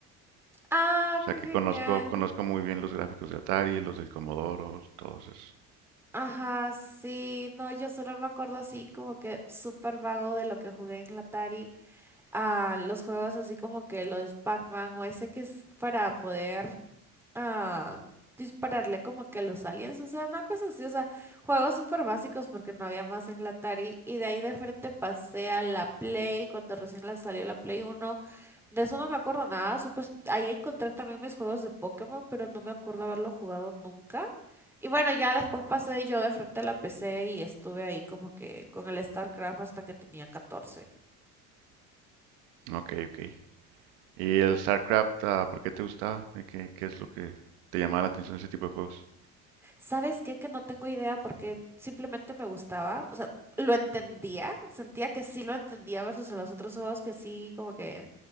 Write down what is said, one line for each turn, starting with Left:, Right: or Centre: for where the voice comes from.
Centre: Ah,
Right: O sea
Centre: qué
Right: que
Centre: genial.
Right: conozco, conozco muy bien los gráficos de Atari, los del Commodore, todos esos.
Centre: Ajá, sí, no, yo solo me acuerdo así como que súper vago de lo que jugué en la Atari, a los juegos así como que los Pac-Man o ese que es para poder a dispararle como que a los aliens, o sea, una cosa así, o sea, juegos súper básicos porque no había más en la Atari y de ahí de frente pasé a la Play cuando recién la salió la Play uno De eso no me acuerdo nada, supe, ahí encontré también mis juegos de Pokémon, pero no me acuerdo haberlo jugado nunca. Y bueno, ya después pasé yo de frente a la PC y estuve ahí como que con el StarCraft hasta que tenía catorce
Right: Ok, ok. ¿Y el StarCraft, ah, por qué te gustaba? ¿De qué, qué es lo que te llamaba la atención de ese tipo de juegos?
Centre: ¿Sabes qué? Que no tengo idea porque simplemente me gustaba. O sea, lo entendía. Sentía que sí lo entendía versus los otros juegos que sí, como que